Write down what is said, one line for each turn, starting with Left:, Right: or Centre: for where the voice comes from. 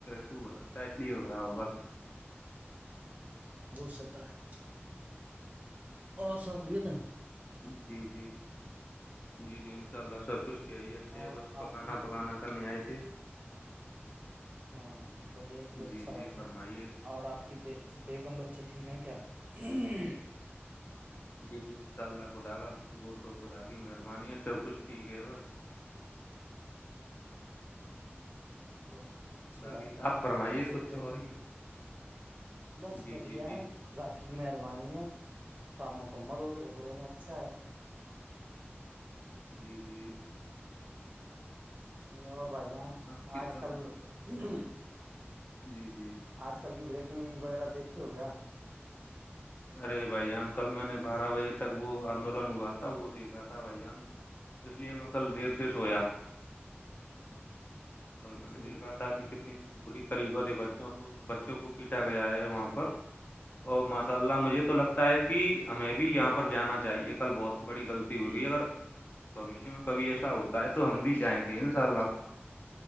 Left: سو ہو سکتا ہے اس لیے ہو رہا ہوگا
Right: ہو سکتا ہے اور سخصت ہے
Left: جی جی جی جی ان شاء اللہ سب کچھ کہہ رہیے
Right: اور
Left: بس پکانا
Right: آپ کی
Left: پکانا کرنے آئے تھے
Right: ہاں ہاں بڑیا ہے چلو اچھا
Left: جی جی
Right: بات
Left: فرمائیے
Right: ہے اور آپ کےے بیگم بچے ٹھیک ہیں کیا <unintelligible>
Left: جی جی انشاء اللہ خدا کا وہ تو خدا کی مہربانی ہے سب کچھ ٹھیک ہے بس <unintelligible>
Right: <unintelligible> چلو اچھی
Left: باقی
Right: بات ہے
Left: آپ فرمائیے
Right: خدا کا شکر
Left: کچھ
Right: ہے
Left: اور
Right: کہ
Left: ہی
Right: <unintelligible> بس
Left: جی
Right: بڑھیا
Left: جی جی
Right: ہے <unintelligible> خذاقی مہربانی ہے خواب مکمل ہوے اچھا ہے
Left: جی جی
Right: یہ اور بھائی جان
Left: آپ کی
Right: آج
Left: طرف
Right: کل <unintelligible>
Left: جی جی
Right: آج کل کی بریکنگ نیوز وغیرہ دیکھتے ہو کیا
Left: ارے بھائی جان کل میں نے بارہ بجے تک وہ آندولن ہوا تھا وہ دیکھا تھا بھائی جان اس لیے میںقل دیر سویا
Right: ہاں
Left: کل میں نے
Right: جی
Left: دیکھا تھا کہ کتنی پوریت طریقوں سے بچوں کو بچوں کو پیٹا گیا ہے وہاں پر اورا س اللہ مجھے تو لگتا ہے کہ ہمیں بھی یہاں پر جانا چاہیے کل بہت بڑی غلطی ہو گئی اگر بھشیہ میں کبھی ایسا ہوتا ہے تو
Right: جی
Left: ہم بھی جائیں گے انشاء اللہ